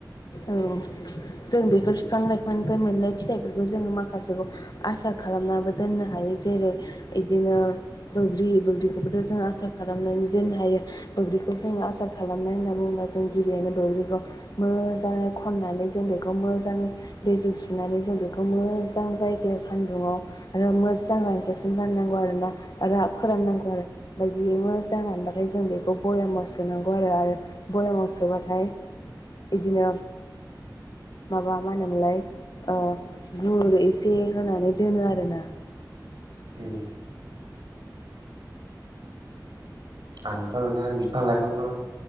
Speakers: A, on the left; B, on the right.
A: औ जों बेफोर बिफां लाइफांनिफ्राय मोननाय फिथाइफोरखौ जोङो माखासेखौ आसा खालामनाबो दोननो हायो जेरै बिदिनो बैग्रि बैग्रिखौबोथ' जों आसार खालामनानै दोननो हायो। बैग्रिखौ जोङो आसार खालामनाय होनना बुङोब्ला जों गिबियैनो बैग्रिखौ मोजाङै खननानै जों बेखौ मोजाङै दैजों सुनानै जों बेखौ मोजां जायगायाव सान्दुङाव आरो मोजां रानजेसिम राननांगौ आरो ना रा फोराननांगौ आरो। ओमफ्राय बेयो मोजां मोनबाथाय जों बेखौ बरयमाव सोनांगौ आरो आरो बरयामाव सोबाथाय बिदिनो माबा मा होनोमोनलाय ओ गुर एसे होनानै दोनो आरोना।
B: जोङो आंथ' नोंथां बिफां लाइफांखौ